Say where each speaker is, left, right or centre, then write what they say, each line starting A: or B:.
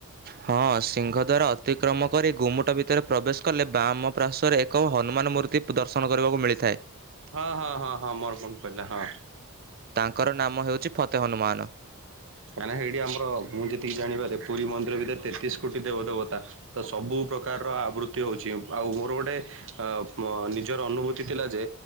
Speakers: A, on the right; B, on the right.
A: ହଁ ସିଂଘଦ୍ୱାରା ଅତିକ୍ରମ କରି ଗୁମୁଟ ଭିତରେ ପ୍ରବେଶ କଲେ ବାମ ପ୍ରାସ ରେ ଏକ ହନୁମାନ ମୂର୍ତ୍ତି ଦର୍ଶନ କରିବାକୁ ମିଳିଥାଏ।
B: ହଁ ହଁ ହଁ ହଁ ମର ମନ ପଇଲା ହଁ।
A: ତାଙ୍କର ନାମ ହେଉଛି ଫତେ ହନୁମାନ।
B: ତ୍ରାଣ ନା ହେଇଟି ଆମର ମୁଁ ଯେତିକି ଜାଣିବାରେ ପୁରୀ ମନ୍ଦିର ଭିତରେ ତେତିଶ କୋଟି ଦେବ ଦେବତା ତ ସବୁ ପ୍ରକାର ର ଆବୃତି ହଉଛି ଆଉ ମୋର ଗୋଟେ ଅମ ନିଜର ଅନୁଭୂତି ଥିଲା ଯେ